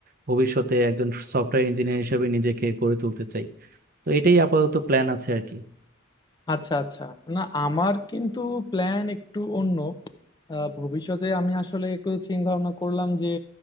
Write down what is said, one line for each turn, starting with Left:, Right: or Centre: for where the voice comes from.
Right: ভবিষ্যতে একজন সফটওয়্যার ইঞ্জিনিয়ার হিসেবে নিজেকে গড়ে তুলতে চাই তো এটাই আপাতত প্ল্যান আছে আর কি
Left: আচ্ছা আচ্ছা না আমার কিন্তু প্ল্যান একটু অন্য আহ, ভবিষ্যতে আমি আসলে একটু চিন্তা ভাবনা করলাম যে